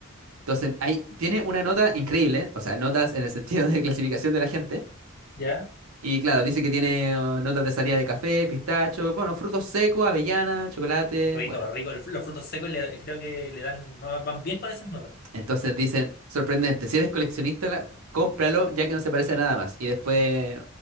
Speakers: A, on the right; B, on the left.
A: Entonces, ahí tiene una nota increíble, o sea, notas en el sentido de <laughs> clasificación de la gente,
B: ¿Ya?
A: Y claro, dice que tiene oh, notas de salida de café, pistacho, bueno, frutos secos, avellana, chocolate,
B: Rico,
A: bueno.
B: rico. El- Los frutos secos le- creo que le dan, van van bien con esas notas.
A: Entonces dicen, sorprendente, si eres coleccionista, la- cómpralo ya que no se parece a nada más. Y después